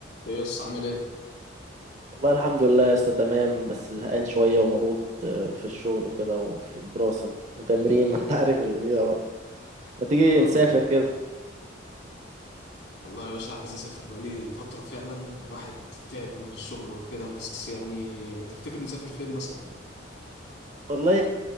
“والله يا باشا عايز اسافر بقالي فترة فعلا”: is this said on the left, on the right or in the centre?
Left